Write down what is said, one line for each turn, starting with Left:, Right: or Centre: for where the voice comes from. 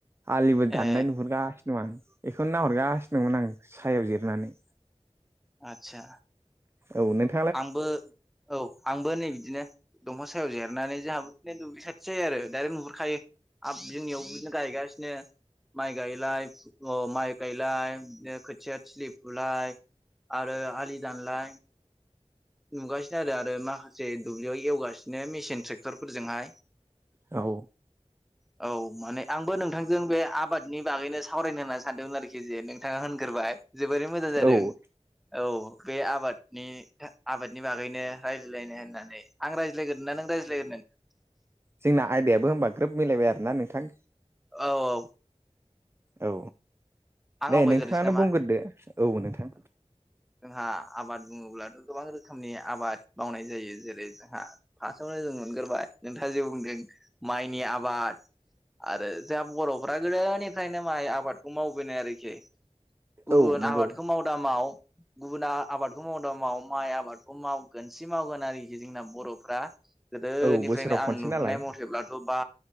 Right: आलिबो दाननाय
Centre: ए
Right: नुहुरगासिनो दं आं बेखौनो नाहरगासिनो दंमोन आं सायाव जिरनानै
Centre: आतसा
Right: औ नोंथां
Centre: आंबो औ आंबो नै बिदिनो दंफां सायाव जेरनानै जोंहाबो बिदिनो दुब्लि सा सै आरो दडाइरेक्ट नुहुरखायो जोंनियावबो बिदिनो गायगासिनो माइ गायलाय अ माइ गायलाय बिदिनो खोथिया थिलि फुलाय आरो आलि दानलाय नुगासिनो आरो आरो माखासे दुब्लियाव एवगासिनो मेसिन ट्रेक्टरफोरजोंहाय
Right: औ
Centre: <inaudible> औ माने आंबो नोंथांजों बे आबादनि बागैनो सावरायनो होननानै सानदोंमोन आरोखि जे नोंथाङा होनग्रोबाय जोबोरै मोजां जादों
Right: औ
Centre: औ बे आबादनि आबादनि बागैनो रायजाय्लायनो होननानै आं रायज्लायग्रोनोना नों रायज्लायग्रोनो
Right: जोंना आयदायाबो होनबा ग्रोब मिलायबाय आरोना नोंथां
Centre: औ औ
Right: औ
Centre: आं
Right: दे
Centre: आवगायग्रोनोसै
Right: नोंथाङानो
Centre: नामा
Right: बुंग्रोदो औ नोंथां।
Centre: जोंहा आबाद बुङोब्लाथ' गोबां रोखोमनि आबाद मावनाय जायो जेरै जोंहा फार्स्टआवनो जों मोनगोरोबाय नोंथाङा जे बुंदों माइनि आबाद। आरो जोंहा बर'फ्रा गोदोनिफ्रायनो माइ आबादखौ मावो। लुबैनाय आरोखि गुबुन
Right: औ नंगौ
Centre: आबादखौ माव दा माव गुबुना आबादखौ माव दामाव माइ आबादखौ मावगोन सि मावगोन आरोखि जोंना बर'फ्रा गोदोनिफ्रायनो
Right: औ बोसोराव खनसे
Centre: आं नुबोनाय
Right: नालाय
Centre: मथेब्लाथ' बा